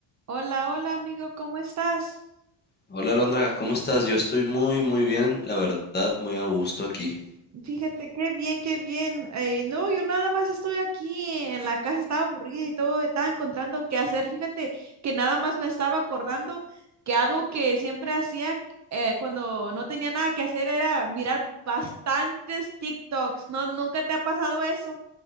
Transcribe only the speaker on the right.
Hola, hola amigo, ¿cómo estás?
Fíjate, qué bien, qué bien. Eh, no, yo nada más estoy aquí en la casa, estaba aburrida y todo, estaba encontrando qué hacer. Fíjate que nada más me estaba acordando que algo que siempre hacía eh, cuando no tenía nada que hacer era mirar bastantes TikToks. ¿No, nunca te ha pasado eso?